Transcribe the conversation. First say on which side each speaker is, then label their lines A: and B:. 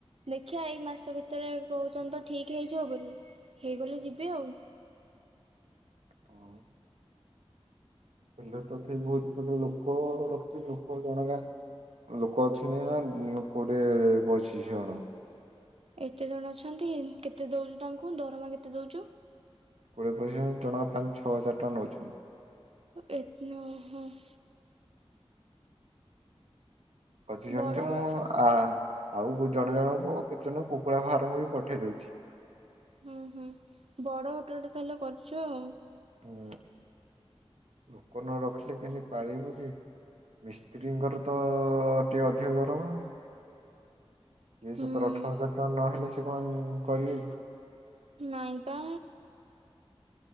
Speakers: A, on the right (about 70°); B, on the right (about 85°).
A: ଦେଖିବା ଏଇ ମାସ ଭିତରେ କହୁଛନ୍ତି। ଠିକ ହେଇଯିବ ବୋଲି ହେଇଗଲେ ଯିବି ଆଉ।
B: ହଁ। ହେଲେ ତତେ ବହୁତ ପ୍ରକାର ଲୋକ ରଖିଛି ଲୋକ ଜଣ କା ଲୋକ ଅଛନ୍ତି ନା କୋଡିଏ ପଚିଶ ଜଣ।
A: ଏତେ ଜଣ ଅଛନ୍ତି କେତେ ଦଉଛୁ ତାଙ୍କୁ ଦରମା କେତେ ଦଉଛୁ।
B: କୋଡ଼ିଏ ପଚିଶ ଜଣକା ପାଞ୍ଚ ଛଅ ହଜାର ଟଙ୍କା ନେଉଛନ୍ତି।
A: ଏତନ <inaudible>
B: ବଛି <inaudible> ଶଣିୁଛି
A: ବଡ଼
B: ମୁଁ ଆ। ଆଉ ଜଣେ ଜଣଙ୍କୁ କେତେ ଜଣଙ୍କୁ କୁକୁଡ଼ା ଫାର୍ମଙ୍କୁ ବି ପଠେଇ ଦଉଛି।
A: ହୁଁ ହୁଁ ବଡ ହୋଟେଲ ଟା ତାହେଲେ କରିଛୁ ଆଉ।
B: ହୁଁ ଲୋକ ନ ରଖିଲେ କେମିତି ପାଳିବୁ କି ମିସ୍ତ୍ରୀଙ୍କର ତ ଟିକେ ଅଧିକ ଦରମା ଆଉ। ଦଇ
A: ହୁଁ।
B: ସତର ଅଠର ହଜାର ଟଙ୍କା ନହେଲେ ସେ କଣ କରିବେ କି
A: ନାଇଁ ତ